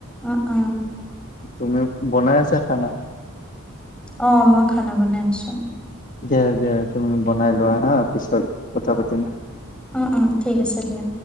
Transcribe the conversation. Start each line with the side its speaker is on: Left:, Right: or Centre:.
Centre: অ', অ'।
Left: তুমি বনাই আছা খানা?
Centre: অ', মই খানা বনাই আছোঁ।
Left: দিয়া দিয়া তুমি বনাই লোৱা হা পিছত কথা পাতিম।
Centre: উম উম ঠিক আছে দিয়া।